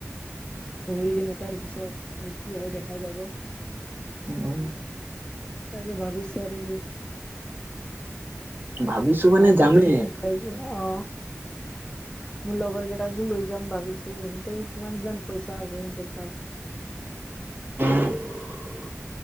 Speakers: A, on the left; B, on the right.
A: ধৰি কিনে তাৰ পিছত আৰু কি হয় দেখা যাব
B: অ
A: তাকে ভাবিছ আৰু
B: ভাবিছো মানে
A: ভাল
B: যামেই
A: প <unintelligible> অ মোৰ লগৰ কেইটাকো লৈছে যাম ভাবিছো। তেঠ <unintelligible> ন যান পইচা আৰু তোব
B: উ <unintelligible>